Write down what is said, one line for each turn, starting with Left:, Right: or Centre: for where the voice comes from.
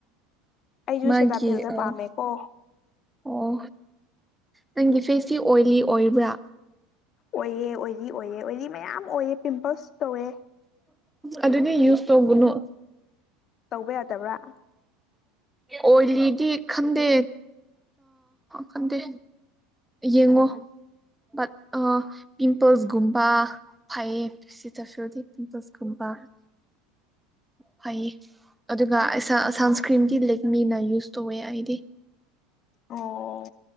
Left: ꯑꯩꯁꯨ
Centre: ꯃꯥꯒꯤ
Left: ꯁꯦꯇꯥꯐꯤꯜꯗꯣ
Centre: ꯑ
Left: ꯄꯥꯝꯃꯦꯀꯣ
Centre: ꯑꯣ ꯅꯪꯒꯤ ꯐꯦꯁꯁꯤ ꯑꯣꯏꯂꯤ ꯑꯣꯏꯕ꯭ꯔꯥ
Left: ꯑꯣꯏꯑꯦ ꯑꯣꯏꯔꯤ ꯑꯣꯏꯑꯦ ꯑꯣꯏꯔꯤ ꯃꯌꯥꯝ ꯑꯣꯏꯑꯦ ꯄꯤꯝꯄꯜꯁ ꯇꯧꯑꯦ
Centre: ꯑꯗꯨꯗꯤ ꯌꯨꯁ ꯇꯧꯒꯅꯨ
Left: ꯇꯧꯕ ꯌꯥꯗꯕ꯭ꯔꯥ
Centre: ꯑꯣꯏꯔꯤꯗꯤ ꯈꯟꯗꯦ ꯈꯟꯗꯦ ꯌꯦꯡꯉꯣ ꯠ ꯄꯤꯝꯄꯜꯁꯒꯨꯝꯕꯥ ꯐꯥꯏꯞ ꯁꯤꯗ ꯐꯤꯜꯗꯤ ꯆ ꯆꯁ ꯈꯨꯝꯕ ꯐꯩꯌꯦ ꯑꯗꯨꯒ ꯁꯟꯁꯀ꯭ꯔꯤꯟꯒꯤ ꯂꯤꯛ ꯃꯤꯅ ꯌꯨꯁ ꯇꯧꯋꯦ ꯑꯩꯗꯤ
Left: ꯑꯣ